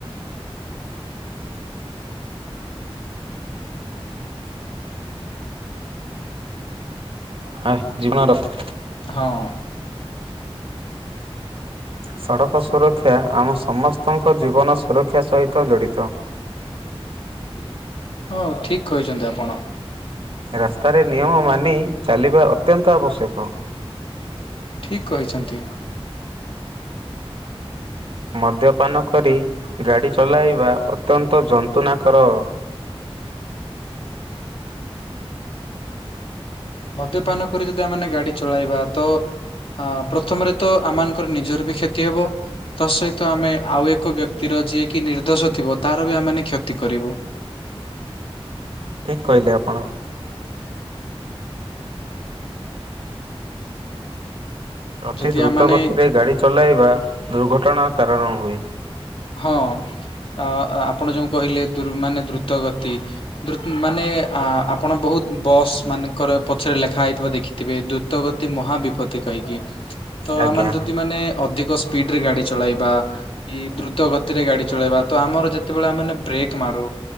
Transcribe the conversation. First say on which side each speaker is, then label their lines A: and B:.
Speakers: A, on the right; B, on the left.
A: ହଁ ଜୀବନ ରଖ
B: ହଁ।
A: ସଡ଼କ ସୁରକ୍ଷା ଆମ ସମସ୍ତଙ୍କ ଜୀବନ ସୁରକ୍ଷା ସହିତ ଜଡିତ।
B: ହଁ ଠିକ୍ କହିଛନ୍ତି ଆପଣ।
A: ରାସ୍ତାରେ ନିୟମ ମାନି ଚାଲିବା ଅତ୍ୟନ୍ତ ଆବଶ୍ୟକ।
B: ଠିକ୍ କହିଛନ୍ତି।
A: ମଦ୍ୟପାନ କରି ଗାଡ଼ି ଚଲାଇବା ଅତ୍ୟନ୍ତ ଯନ୍ତ୍ରଣା କର
B: ମଦ୍ୟପାନ କରି ଯଦି ଆମେମାନେ ଗାଡି ଚଳାଇବା ତ ଅ ପ୍ରଥମରେ ତ ଆମମାନଙ୍କର ନିଜର ବି କ୍ଷତି ହେବ। ତା ସହିତ ଆମେ ଆଉ ଏକ ବ୍ୟକ୍ତିର ଯିଏକି ନିର୍ଦ୍ଦୋଷ ଥିବ ତାର ବି ଆମେ ମାନେ କ୍ଷତି କରିବୁ।
A: ଠିକ୍ କହିଲେ ଆପଣ। ଅତି
B: ଯଦି
A: ଦ୍ରୁତ
B: ଆମମାନେ
A: ଗତିରେ ଗାଡ଼ି ଚଲାଇବା ଦୁର୍ଘଟଣା କାରଣ ହୁଏ।
B: ହଁ ଅ ଆପଣ ଯୋଉ କହିଲେ ମାନେ ଦ୍ରୁତ ଗତି ଦ୍ରୁତ୍ ମାନେ ଆପଣ ବହୁତ ବସ୍ ମାନଙ୍କର ପଛରେ ଲେଖା ହେଇଥିବା ଦେଖିଥିବେ ଦୁତ୍ ତ ଗତି ମହାବିପତ୍ତି କହିକି ତ
A: ଆଜ୍ଞା।
B: ଆମାନେ ଯଦି ମାନେ ଅଧିକ ସ୍ପିଡ ରେ ଗାଡି ଚଳାଇବା କି ଦ୍ରୁ ତ ଗତିରେ ଗାଡି ଚଲାଇବା ତ ଆମର ଯେତେବେଳେ ଆମେମାନେ ବ୍ରେକ୍ ମାରୁ